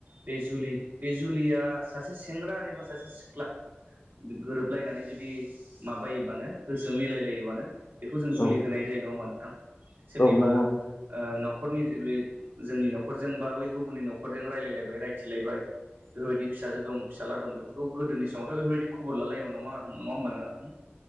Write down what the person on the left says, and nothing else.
औ
औ नंगौ औ